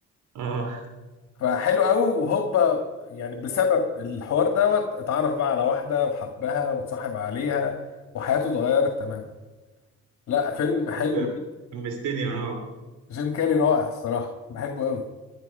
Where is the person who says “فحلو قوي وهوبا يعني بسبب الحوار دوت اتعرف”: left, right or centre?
Left